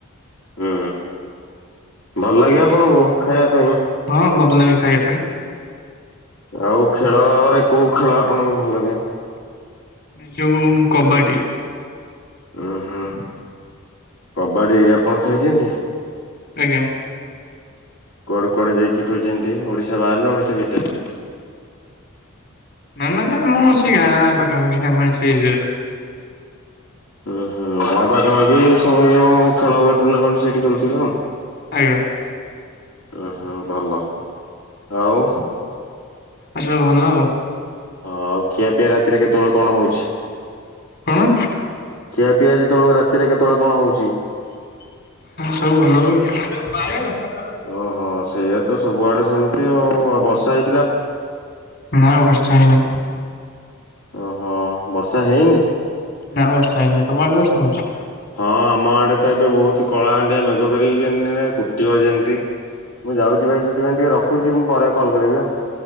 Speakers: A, on the left; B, on the left.
A: ହୁଁ। ଭଲ ଲାଗେ ଆପଣଙ୍କୁ ଖାଇବା ପାଇଁ?
B: ହଁ ଭଲ ଲାଗେ ଖାଇବା ପାଇଁ।
A: ଆଉ ଖେଳରେ କୋଉ ଖେଳ ଆପଣଙ୍କୁ ଭଲ ଲାଗେ?
B: ଏ ଯୋଉଁ କବାଡି।
A: ଉଁ ହୁଁ କବାଡି ଆପଣ ଖେଳିଛନ୍ତି।
B: ଆଜ୍ଞା।
A: କୁଆଡେ କୁଆଡେ ଯାଇକି ଖେଳିଛନ୍ତି ଓଡିଶା ବାହାରାରେ ନା ଓଡିଶା ଭିତରେ?
B: ନାଁ ନାଁ ଆଁ ସେ ଗାଁ ପାଖାପାଖି ଆମେ ସେ
A: ଓ ହୁଁ ତା ପାଖ ସବୁ ଯୋଉ ଖେଳ ହୁଏ ଟୁର୍ଣ୍ଣାମେଣ୍ଟ ସେଇଠି ଖେଳଥିବେ ଆଉ।
B: ଆଜ୍ଞା।
A: ଓ ହ ଭଲ ଆଉ
B: ଆଉ ସବୁ ଭଲ ଆଉ।
A: ହଁ ଆଉ ଖିଆପିଆ ରାତିରେ କେତେବେଳେ କଣ ହଉଛି?
B: କଣ।
A: ଖିଆ ପିଆ ଯେତେବେଳକୁ ରାତିରେ କେତେବେଳେ କଣ ହଉଛି?
B: ହଁ ସବୁ ଭଲ ହୁଏ <inaudible>
A: ଓହୋ ସେୟାତ ସବୁଆଡେ ସେମତି ଆଉ ବର୍ଷା ହେଇ
B: ନାଁ ବର୍ଷା ହେଇନି।
A: ଓହୋ ବର୍ଷା ହେଇନି।
B: ନା ବର୍ଷାହେଇନି ତମଆଡେ ବର୍ଷା ହୋଉଛି?
A: ହଁ ଆମ ଆଡେ ତ ଏବେ ବହୁତ କଳାହାଣ୍ଡିଆ ମେଗ କରିକି କେମତି କୁଟିବ ଯେମିତି। ମୁଁ ଯାଉଛି ଭାଇ ସେଥିପାଇଁ ଟିକେ ରଖୁଛି ମୁଁ ପରେ କଲ୍ କରିବି ଆଉ।